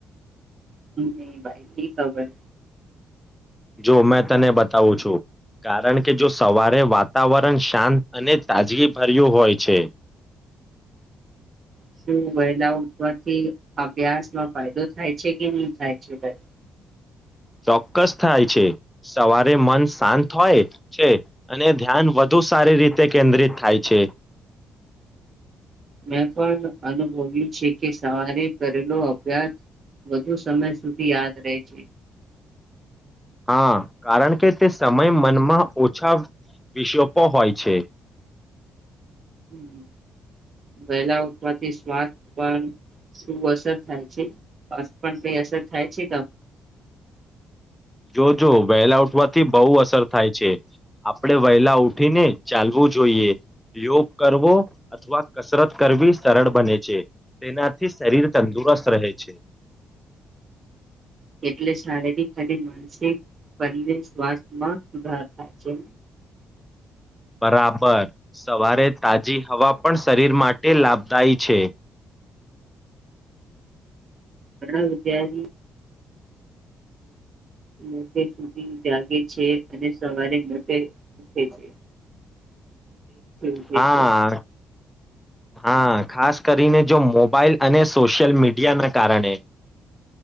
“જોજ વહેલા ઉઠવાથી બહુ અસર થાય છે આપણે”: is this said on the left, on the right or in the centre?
Centre